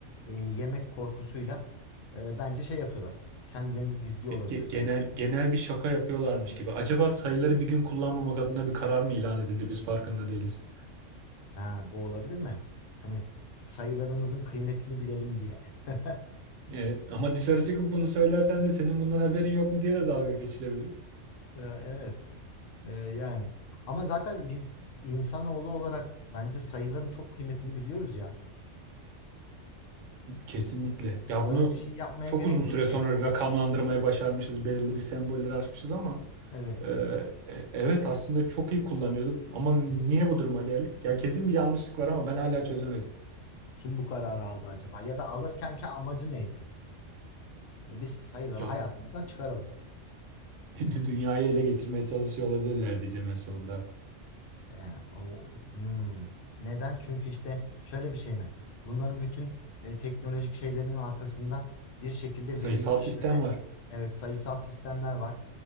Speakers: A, on the left (about 80°); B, on the right (about 80°).
A: e, yemek korkusuyla e, bence şey yapıyorlar. Kendilerini gizliyor olabilirler.
B: ge- genel genel bir şaka yapıyorlarmış gibi. Acaba sayıları bir gün kullanmamak adına bir karar mı ilan edildi? Biz farkında değiliz.
A: Ha, bu olabilir mi? Hani sayılarımızın kıymetini bilelim diye. <laughs>
B: Evet ama dışarı çıkıp bunu söylersen de senin bundan haberin yok mu diye de dalga geçilebilirim.
A: E, Evet, E, yani. Ama zaten biz insanoğlu olarak bence sayıların çok kıymetini biliyoruz ya.
B: Kesinlikle. Ya
A: Böyle
B: bunu
A: bir şey yapmaya
B: çok
A: gerek
B: uzun süre
A: yok ki.
B: sonra rakamlandırmayı başarmışız. Belirli bir sembolleri açmışız ama
A: Evet.
B: e, e- evet aslında çok iyi kullanıyorduk. Ama niye
A: Hı hı.
B: bu duruma geldik? Ya kesin bir yanlışlık var ama ben hala çözemedim.
A: Kim bu kararı aldı acaba? Ya da alırkenki amacı neydi? Hani biz sayıları
B: Ya
A: hayatımızdan çıkaralım.
B: <laughs> dünyayı ele geçirmeye çalışıyor olabilirler diyeceğim en sonunda artık.
A: Ee, o, hmm. Neden? Çünkü işte şöyle bir şey mi? Bunların bütün e, teknolojik şeylerinin arkasında bir şekilde
B: Sayısal
A: veriyi
B: sistem
A: işleme,
B: var.
A: evet sayısal sistemler var.